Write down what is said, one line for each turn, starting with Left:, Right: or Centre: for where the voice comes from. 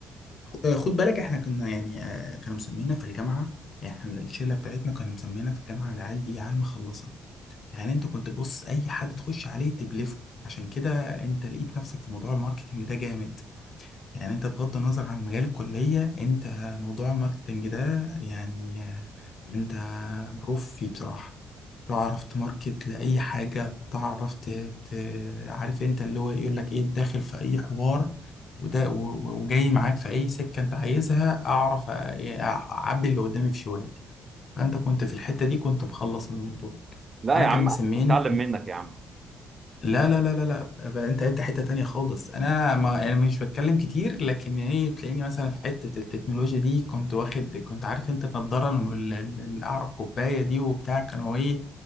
Left: آه، خد بالك احنا كنا يعني آه، كانوا مسمينا في الجامعه يعني احنا الشله بتاعتنا كانوا مسمينا في الجامعه العيال دي عيال مخلصه يعني انت كنت بص اي حد تخش عليه تبلفه عشان كده انت لقيت نفسك في موضوع الماركتينج ده جامد يعني انت بغض النظر عن مجال الكلية انت موضوع الماركتنج ده يعني آه، انت بروف فيه بصراحة تعرف تماركت لأي حاجة تعرف ت... ت... عارف انت اللي هو يقول لك ايه داخل في أي حوار وده و... و- وجاي معاك في أي سكة انت عايزها أعرف أ- أعبي اللي قدامي في شوال فأنت كنت في الحتة دي كنت مخلص الموضوع
Right: لا
Left: وأنا
Right: يا
Left: كان
Right: عم
Left: مسميني
Right: آه، اتعلم منك يا عم
Left: لا لا لا لا لا ب- انت انت حته تانية خالص انا ما يعني مش بتكلم كتير لكن ايه بتلاقيني مثلا في حته التكنولوجيا دي كنت واخد كنت عارف انت النضاره الم- ال- ال- الاعرق كوبايه دي وبتاع كانوا ايه